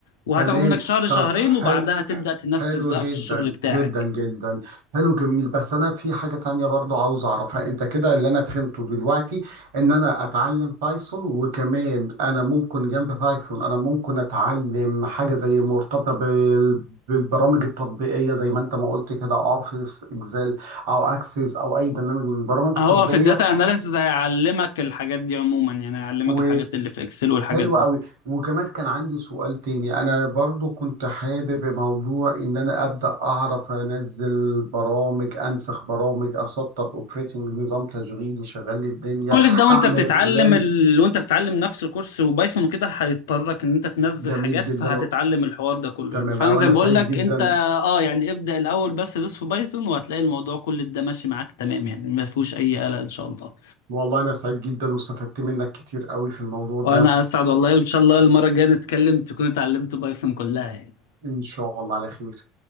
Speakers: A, on the left (about 80°); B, on the right (about 70°).
A: وهتاخد
B: تمام
A: منك شهر شهرين
B: طب حلو
A: وبعدها تبدا تنفذ
B: حلو
A: بقى
B: جدا
A: في الشغل بتاعك
B: جدا جدا حلو جميل بس انا في حاجة تانية برضو عاوز اعرفها انت كده اللي انا فهمته دلوقتي ان انا اتعلم بايثون وكمان انا ممكن جنب بايثون انا ممكن اتعلم حاجة زي مرتبطة بال... بالبرامج التطبيقية زي ما انت ما قلت كده اوفيس اكسل او اكسس او اي برنامج من البرامج
A: هو
B: التطبيقية
A: في الداتا اناليسز هيعلمك الحاجات دي عموما يعني هيعلمك
B: و...
A: الحاجات اللي في اكسل والحاجات
B: حلو
A: دي
B: قوي وكمان كان عندي سؤال تاني انا برضو كنت حابب موضوع ان انا ابدا اعرف انزل برامج انسخ برامج اسطب اوبريتنج نظام تشغيلي شغال لي الدنيا
A: كل ده وانت
B: اعمل
A: بتتعلم
B: لان
A: ال... وانت بتتعلم نفس الكورس وبايثون وكده هيضطرك ان انت تنزل
B: جميل
A: حاجات
B: جدا
A: فهتتعلم الحوار ده كله
B: تمام
A: يعني فانا
B: او
A: زي
B: انا
A: ما
B: سعيد
A: بقول لك
B: جدا
A: انت اه يعني ابدأ الاول بس دوس في بايثون وهتلاقي الموضوع كل ده ماشي معاك تمام يعني ما فيهوش اي قلق ان شاء الله
B: والله انا سعيد جدا واستفدت منك كتير قوي في الموضوع ده
A: وانا اسعد والله وان شاء الله المرة الجاية نتكلم تكون اتعلمت بايثون كلها يعني.
B: ان شاء الله على خير